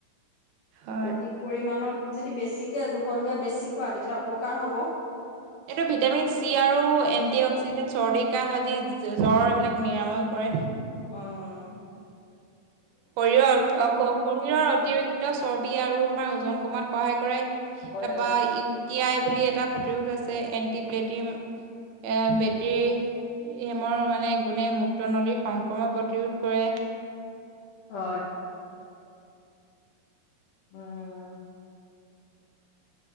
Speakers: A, on the right; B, on the left.
A: হয়।
B: অধিক পৰিমানত যদি বেছিকে জোখতকে বেছি খোৱা তেতিয়া অপকাৰ হ'ব।
A: এইটো ভিটামিন চি আৰু এণ্টি অক্সিডেণ্ট চৰ্দি, কাহ আদি জ্বৰ এইবিলাক নিৰাময় কৰে।
B: অ'।
A: শৰীৰৰ <unintelligible> শৰীৰৰ অতিৰিক্ত চৰ্বি আৰু তোমাৰ ওজন কমৱাত সহায় কৰে।
B: কৰে
A: তাৰপৰা
B: আৰু।
A: ইউ টি আই বুলি এটা প্ৰতিৰোধ আছে এন টি ব্লেটি এ, বেতেৰী এই মৰ মানে গুণে মুত্ৰ নলিৰ সংক্ৰমন প্ৰতিৰোধ কৰে।
B: হয়। উম।